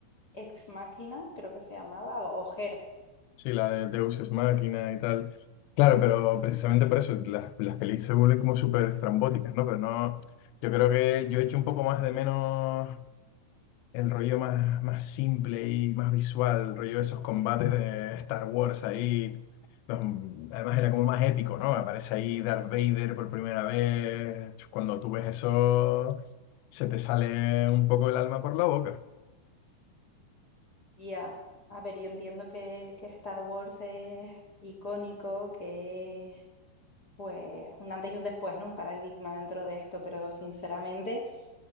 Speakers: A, on the left (about 50°); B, on the left (about 80°).
A: Ex Machina, creo que se llamaba, o o Her.
B: Sí, la de Deus Ex Machina y tal. Claro, pero precisamente por eso las, las pelis se vuelven como súper estrambóticas, ¿no? Pero no, yo creo que yo echo un poco más de menos el rollo más, más simple y más visual, el rollo de esos combates de Star Wars ahí. los- además era como más épico, ¿no? Aparece ahí Darth Vader por primera vez. Cuando tú ves eso, se te sale un poco el alma por la boca.
A: Ya, a ver, yo entiendo que, que Star Wars es icónico, que es pues un antes y un después, ¿no? Un paradigma dentro de esto, pero sinceramente,